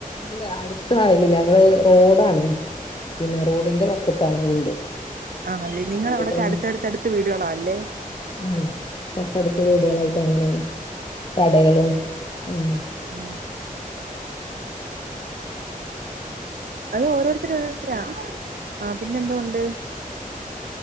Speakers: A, on the left; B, on the right.
A: ഇല്ലാ അടുത്ത് കായലില്ല ഞങ്ങള് റോഡാണ് പിന്നെ റോഡിന്റെ വക്കത്താണ് വീട്
B: ആണല്ലേ നിങ്ങൾ
A: വയലുകളും
B: അവിടൊക്കെ അടുത്തടുത്തടുത്ത് വീടുകളാ അല്ലേ
A: ഉം അടുത്തടുത്ത് വീടുകളായിട്ട് അങ്ങനെ കടകളും ഉം
B: ആഹ് അത് ഓരോരു ത്തരോരുത്തരാ ആഹ് പിന്നെ എന്തോ ഒണ്ട്